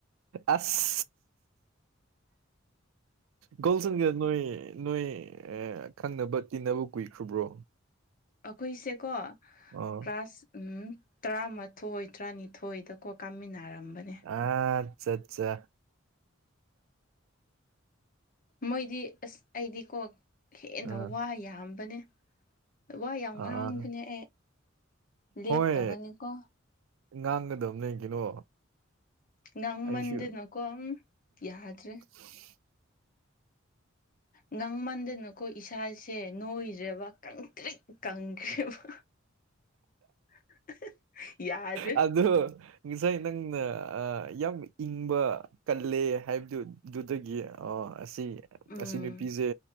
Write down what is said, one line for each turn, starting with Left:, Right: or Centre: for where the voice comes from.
Right: ꯑꯁ ꯀꯣꯜꯁꯒꯦ ꯅꯣꯏ ꯅꯣꯏ ꯑꯦ ꯈꯪꯅꯕ ꯇꯤꯟꯅꯕ ꯀꯨꯏꯈ꯭ꯔꯕ꯭ꯔꯣ
Left: ꯑꯩꯈꯣꯏꯁꯦꯀꯣ
Right: ꯑꯣ
Left: ꯀ꯭ꯂꯥꯁ ꯎꯝ ꯇꯔꯥꯃꯥꯊꯣꯏ ꯇꯔꯥꯅꯤꯊꯣꯏꯗꯀꯣ ꯀꯥꯃꯤꯟꯅꯔꯝꯕꯅꯦ
Right: ꯑ ꯑꯠꯆꯥ ꯑꯠꯆꯥ
Left: ꯃꯣꯏꯗꯤ ꯑꯁ ꯑꯩꯗꯤꯀꯣ ꯍꯦꯟꯅ
Right: ꯑꯥ
Left: ꯋꯥ ꯌꯥꯝꯕꯅꯦ ꯋꯥ ꯌꯥꯝ ꯉꯍꯥꯡꯗꯨꯅꯦ
Right: ꯑꯥ
Left: ꯑꯩ ꯂꯦꯞꯇꯕꯅꯤꯀꯣ
Right: ꯍꯣꯏ ꯉꯥꯡꯒꯗꯕꯅꯦ ꯀꯩꯅꯣ
Left: ꯉꯥꯡꯃꯟꯗꯅꯀꯣ
Right: ꯑꯩꯁꯨ
Left: ꯌꯥꯗ꯭ꯔꯦ
Right: ꯎ
Left: ꯉꯥꯡꯃꯟꯗꯅꯀꯣ ꯏꯁꯥꯁꯦ ꯅꯣꯏꯗ꯭ꯔꯦꯕ ꯀꯪꯇ꯭ꯔꯤꯛ ꯀꯪꯈ꯭ꯔꯦꯕ <inaudible> ꯌꯥꯗ꯭ꯔꯦ
Right: ꯑꯗ ꯉꯁꯥꯏ ꯅꯪꯅ ꯌꯥꯝ ꯏꯪꯕ ꯀꯜꯂꯦ ꯍꯥꯏꯕꯗꯨꯗꯨꯗꯒꯤ ꯑ ꯑꯁꯤ
Left: ꯎꯝ
Right: ꯑꯁꯤ ꯅꯨꯄꯤꯁꯦ